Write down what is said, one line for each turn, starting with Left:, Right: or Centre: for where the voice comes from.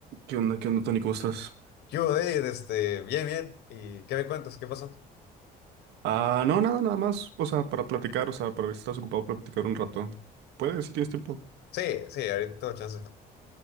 Right: ¿Qué onda? ¿Qué onda, Tony? ¿Cómo estás?
Left: ¿Qué hubo, David? Este, bien, bien. ¿Y qué me cuentas? ¿Qué pasó?
Right: Ah, no, nada, nada más. O sea, para platicar, o sea, para ver si estás ocupado para platicar un rato. ¿Puedes, si tienes tiempo?
Left: Sí, sí, ahorita tengo chance.